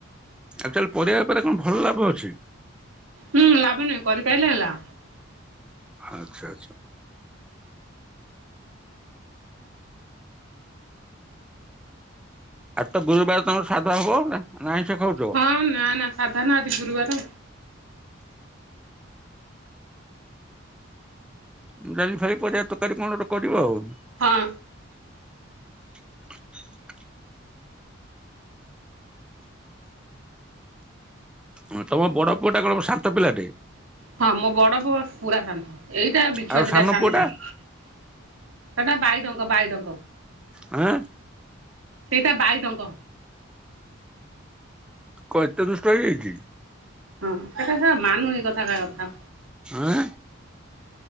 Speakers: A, in the centre; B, on the right.
A: ଆକଚୁଆଲି ପରିବା ବେପାରରେ କଣ ଭଲ ଲାଭ ଅଛି?
B: ହୁଁ ଲାଭ ନାହିଁ କରି ପାଇଲେ ହେଲା।
A: ଆଚ୍ଛା ଆଚ୍ଛା। ଆଉ ତ ଗୁରୁବାର ତମର ସାଧା ହବ ନା ଆଇଁଷ ଖାଉଛ?
B: ହଁ ନା ନା ସାଧା ନା ଆଜି ଗୁରୁବାର।
A: ମୁଁ ଜାଣିଲି ଭାଲି ପରିବା ତରକାରୀ କଣ ଗୋଟେ କରିବ ଆଉ।
B: ହଁ।
A: <inaudible> ହଁ ତମ ବଡ ପୁଅ ଟା କଣ ଶାନ୍ତ ପିଲାଟେ।
B: ହଁ ମୋ ବଡ ପୁଅ ପୁରା ଶାନ୍ତ । ଏଇଟା ବିଛୁଆତିଟା
A: ଆଉ ସାନ
B: ସାନଟା।
A: ପୁଅଟା
B: ସେଟା ବାଇଡଙ୍କ ବାଇଡଙ୍କ।
A: ଆଁ
B: ସେଇଟା ବାଇଡଙ୍କ।
A: କଣ ଏତେ ଦୁଷ୍ଟ ହେଇଯାଇଛି ।
B: ହଁ ସେଟା ଶଳା ମାନୁନି କଥା କାହା କଥା।
A: ଆଁ।